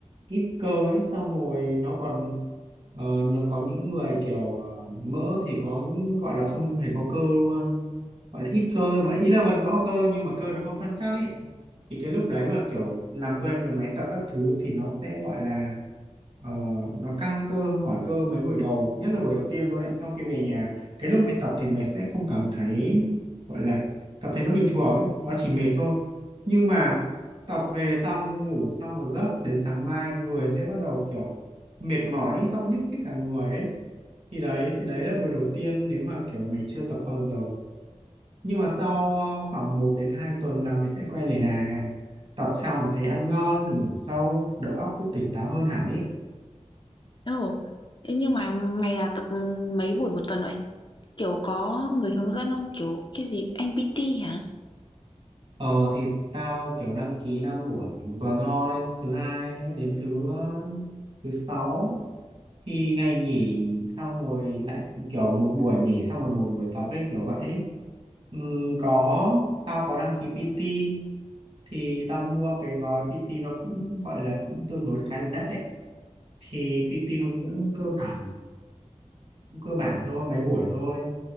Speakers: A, on the right; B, on the left.
A: ít cơ ấy xong rồi nó còn ờ, nó có những người kiểu ờ, mỡ thì có gọi là không hề có cơ luôn gọi là ít cơ thôi. vậy ý là vẫn có cơ nhưng mà cơ nó không săn chắc ấy thì cái lúc đấy mà kiểu làm quen với máy tập các thứ thì nó sẽ gọi là ờ, nó căng cơ mỏi cơ mấy buổi đầu nhất là buổi đầu tiên luôn đấy sau khi về nhà cái lúc mày tập thì mày sẽ không cảm thấy gọi là cảm thấy nó bình thường ấy nó chỉ mệt thôi nhưng mà tập về xong ngủ xong một giấc đến sáng mai người sẽ bắt đầu kiểu mệt mỏi ấy, xong nhức hết cả người ấy thì đấy thì đấy là buổi đầu tiên nếu mà kiểu mày chưa tập bao giờ nhưng mà sau ờ, khoảng một đến 2 tuần là mày sẽ quen liền à tập xong thì thấy ăn ngon ngủ sâu đầu óc cũng tỉnh táo hơn hẳn ấy
B: Ồ, thế nhưng mà mày là tập mấy buổi một tuần vậy? Kiểu có người hướng dẫn không? Kiểu cái gì, anh PT hả?
A: ờ thì tao kiểu đăng ký 5 buổi một tuần thôi thứ hai đến thứ ờ, thứ sáu Thì ngày nghỉ xong rồi lại kiểu một buổi nghỉ xong rồi một buổi tập ấy kiểu vậy ấy. Ừm, có tao có đăng ký PT thì tao mua cái gói PT nó cũng gọi là cũng tương đối khá là đắt đấy thì PT hướng dẫn cơ bản cơ bản thôi mấy buổi thôi